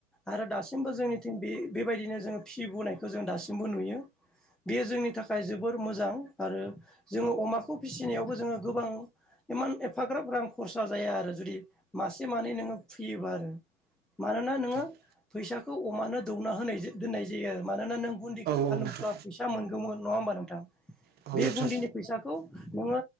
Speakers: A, in the centre; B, on the right.
A: आरो दासिमबो जोंनिथिं बे बेबायदिनो जोङो फि बुनायखौ खौ जों दासिमबो नुयो बेयो जोंनि थाखाय जोबोर मोजां आरो जोङो अमाखौ फिसिनायावबो जोङो गोबां इमान एफाग्राबफां खरसा जाया आरो जुदि मासे मानै नोङो फैयोबा आरो मानोना नोङो
B: औ
A: फैसाखौ बे खौ अमानो दौना होनाय दोननाय जायो मानोना नों गुन्ददिखौ
B: औ
A: फानोब्ला
B: नोंथां
A: फैसा मोनगौमोन नङा होमबा नोंथां
B: औ
A: बे
B: नोंथां
A: गुन्दिनि फैसाखौ नोंङो